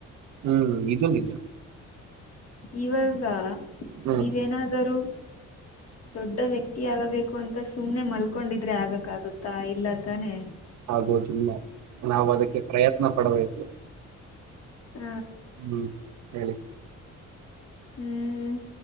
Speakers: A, on the right; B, on the left.
A: ಹ್ಮ್ ಇದು ನಿಜ
B: ಇವಾಗ
A: ಹ್ಮ್
B: ನೀವೇನಾದರೂ ದೊಡ್ಡ ವ್ಯಕ್ತಿ ಹಿಗೆ ಆಗಬೇಕು ಅಂತ ಸುಮ್ನೆ ಮಲ್ಕೊಂಡಿದ್ರೆ ಆಗಕ್ ಆಗತ್ತಾ ಇಲ್ಲತಾನೆ.
A: ಆಗೋದಿಲ್ಲ ನಾವು ಅದಕ್ಕೆ ಪ್ರಯತ್ನ ಪಡಬೇಕು.
B: ಹ
A: ಹ್ಮ್ ಹೆಳಿ.
B: ಹ್ಮ್